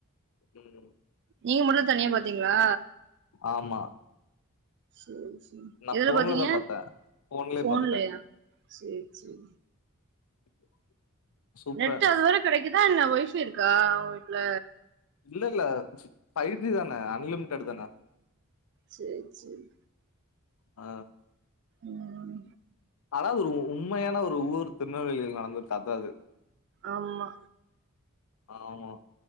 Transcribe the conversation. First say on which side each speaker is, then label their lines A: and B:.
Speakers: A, on the left (about 80°); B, on the right (about 55°).
A: ம்
B: நீங்க மட்டு தனியா பாத்தீங்களா
A: ஆமா
B: சேரி செரி
A: நா
B: எதுல
A: ஃபோன்லதா
B: பாத்தீங்க
A: பாத்தே ஃபோன்லயே
B: ஃபோன்லையா
A: பாத்துட்டே
B: சேரி செரி
A: <inaudible>
B: நெட்டு்
A: இருந்துச்சு
B: அதுவர கெடைக்குதா என்ன வைஃபை இருக்கா உ வீட்ல
A: இல்ல இல்ல ஃபைவ் ஜி தானே அன்லிமிடட் தான
B: சேரி சேரி
A: ஆ
B: ம்
A: ஆனா அது ஒரு உண்மையான ஒரு ஊரு திருநெவேலில நடந்திருக்கு அதா இது
B: ஆமா
A: ஆமா